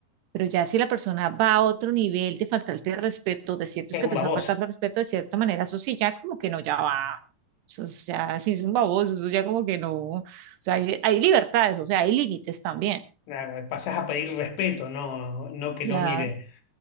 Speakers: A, on the right (about 75°); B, on the left (about 85°).
A: pero ya si la persona va a otro nivel de faltarte el respeto, te sientes
B: Es
A: que
B: un
A: te
B: baboso.
A: está faltando el respeto de cierta manera, eso sí, ya como que no, ya va. Eso es ya, sí es un baboso, eso ya como que no. O sea, hay, hay libertades, o sea, hay límites también.
B: Claro, pasás a pedir respeto, no, no que
A: Claro.
B: no mire.